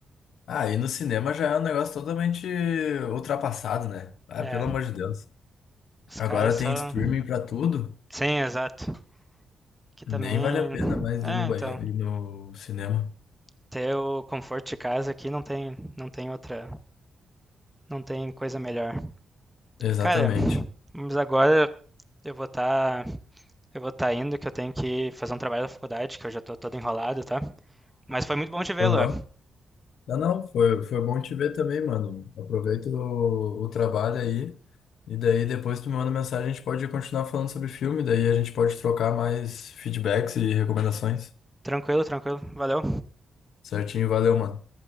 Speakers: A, on the left (about 80°); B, in the centre.
A: Ah, e no cinema já é um negócio totalmente ultrapassado, né? Ah,
B: É,
A: pelo amor de Deus.
B: os
A: Agora
B: caras só.
A: tem streaming pra tudo,
B: Sim, exato. Que também.
A: nem vale a pena mais
B: É,
A: ir no banheiro,
B: então.
A: ir no cinema.
B: Ter o conforto de casa aqui não tem, não tem outra. Não tem coisa melhor.
A: Exatamente.
B: Cara, mas agora eu vou estar. eu vou estar indo, que eu tenho que fazer um trabalho da faculdade, que eu já tô todo enrolado, tá? Mas foi muito bom te ver,
A: Aham.
B: Luan.
A: Não, não, foi, foi bom te ver também, mano. Aproveita o, o trabalho aí. E daí depois tu me manda mensagem, a gente pode continuar falando sobre filme, daí a gente pode trocar mais feedbacks e recomendações.
B: Tranquilo, tranquilo. Valeu.
A: Certinho, valeu, mano.